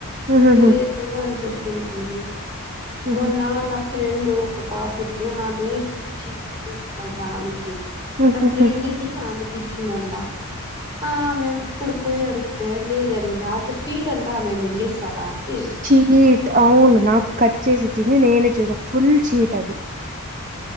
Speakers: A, on the right; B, on the right.
A: ఉహుహు
B: లేదు అని చెప్పిందండి
A: ఉహు
B: మొన్న నా ఫ్రెండ్ ఒక పాప ఉంది ఆమె చీ ఇచ్చేసిందటా ఆమెకి
A: ఉహుహు
B: నా ఫ్రెండ్కి ఆమెకి ఇచ్చింది అంటా ఆ ఆమె ఇప్పుడు పోయి అడిగితే లేదనింది ఒక షీట్ అంతా మేము మింగేస్తాదా అండి
A: షీట్ అవును నాకు కట్ చేసి ఇచ్చింది నేనే చూసాను ఫుల్ షీట్ అది